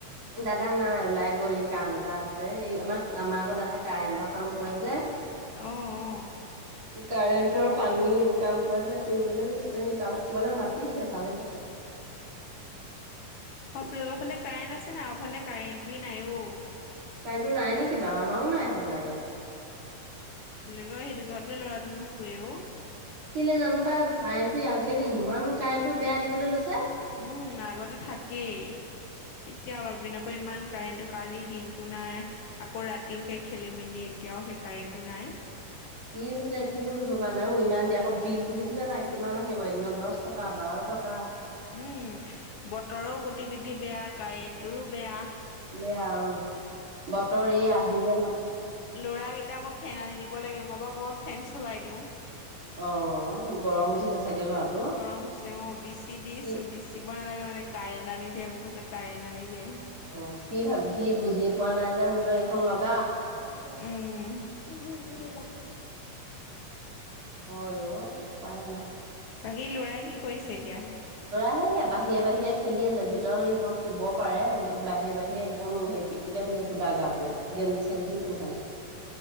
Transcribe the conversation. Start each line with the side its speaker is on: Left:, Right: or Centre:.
Right: দাদা নাই, ওলাই গ'ল এই কাম এটা আছে। এই আমাৰ আমাৰ আকৌ দাদাই কাৰেণ্টৰ কাম কৰে যে।
Left: অ অ অ
Right: কাৰেণ্টৰ পানী এইবোৰ, কাম কৰা যে, কৰিবলৈ গৈছে, এ তাল কবালৈ মাতিছে তালৈ গৈছে।
Left: আপোনালোকৰ, ফালে কাৰেন্ট আছে নাই, আমৰ ফালে কাৰেণ্টটোয়ে নাই, অ।
Right: কাৰেণ্ট নাই, নেকি বাৰ আমাৰও নাই হ'বলা, ইয়াত।
Left: নোৱাৰি দোযাতেও ল'ৰাটো নোখোৱেও।
Right: কেলে জানো পাই, কাৰেণ্টটো আজিকালি, ইমান কাৰেণ্টটো বেয়া দিবলৈ লৈছে।
Left: উম আগতে থাকেই এতিয়া অলপ, দিনৰ পৰা ইমান কাৰেণ্টো, কালি দিনতটো নাই। আকৌ ৰাতিও সেই খেলি-মে মেলি এতিয়াও, সেই কাৰেণ্টো নাই।
Right: কি হৈছে একো ধৰিব পৰা নাই, ইমান দিয়ে আকৌ বিলতো দেখিছা নাই কিমান আহিব এদিন দহ টকা, বাৰ টকা।
Left: উম, বতৰৰ গতিবিধি বেয়া, কাৰেণ্টৰো বেয়া।
Right: বেয়া, অ, বতৰ আহিলে মাত।
Left: ল'ৰাৰাকেইটা, মই ফেন আনি দিব লাগে, মই বা কৰপৰা ফেন চলাই দিওঁ।
Right: অ, গৰম উঠিছে। চাগে ল'ৰাটো
Left: গৰম উঠিছে অ, বিচি দি
Right: সি
Left: আছো, বিচিব নালাগে। মানে কাৰেণ্ট আনি দে, মোক কৈছে কাৰেণ্ট আনি দে।
Right: অ', সি ভাব সি বুজিয়ে পোৱা নাই যে <unintelligible> এইখন লগ
Left: উহ।
Right: উম হয় অ', উপায় নাই।
Left: বাকী ল'ৰাই কি কৰিছে এতিয়া?
Right: এ বাহিৰে বাহিৰে খেলি আছে ভিতৰত সি অকল শুব পাৰে বাহিৰে বাহিৰে একদম হে পিত পিতাই পিছে সুদা গাটোৱে, গেঞ্জি চেঞ্জিও পিন্ধা নাই।